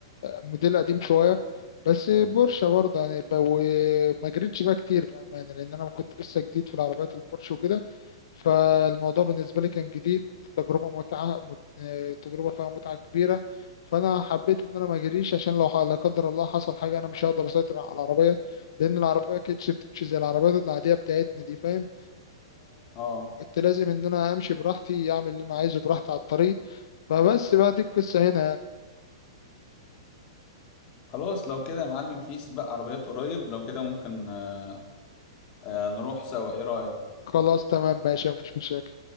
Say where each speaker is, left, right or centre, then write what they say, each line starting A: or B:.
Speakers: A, on the left (about 70°); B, on the left (about 35°).
A: موديل قديم شوية بس بورشة برضه يعني ب- وما جريتش بقى كتير بأمانة لأن أنا كنت لسه جديد في العربيات البورش وكده فالموضوع بالنسبة لي كان جديد تجربة متعة مت- تجربة فيها متعة كبيرة فأنا حبيت إن أنا ما أجريش عشان لو ح- لا قدر الله حصل حاجة أنا مش هقدر أسيطر على العربية لأن العربية ما كانتش بتمشي زي العربيات العادية بتاعتنا دي فاهم
B: اه
A: كنت لازم ان انا امشي براحتي اعمل اللي انا عايزه براحتي على الطريق فبس بقى دي القصة هنا يعني
B: خلاص لو كده يا معلم في سباق عربيات قريب لو كده ممكن آه، آه، نروح سوا ايه رايك
A: خلاص تمام ماشي مفيش مشاكل